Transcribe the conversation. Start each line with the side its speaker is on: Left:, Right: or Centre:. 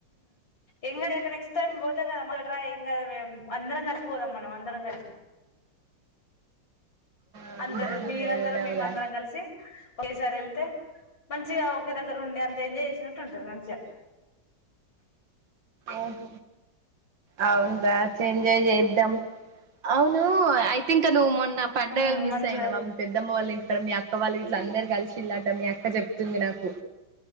Left: ఇంకా నెక్స్ట్ టైమ్ పోతాే రా ఏం కాదు గని అందరం కలిసి పోదాం మనం అందరం కలిసి
Right: ఆ
Left: అందరు మీరందర
Right: వెళ్దాం
Left: మేమ
Right: రా
Left: అందరం కలిసి ఒకేసారి వెళ్తే మంచిగా ఒకే దగ్గర ఉండి అంత ఎంజాయ్ చేసినట్టు ఉంటుంది మంచిగా
Right: ఓహ అవునుా ఎంజాయ్ చేద్దాం అవును ఈ థింక్ నువ్వు మో నా పండగలు
Left: హ్మ్
Right: మిస్
Left: మంచిగా
Right: అయినావా మీ పెద్దమ్మ వాళ్ళు ఇక్కడ మీ అక్క వాళ్ళకి ఇట్లా అందరు కలిసి చిల్లాటం అక్క చెప్తుంది నాకు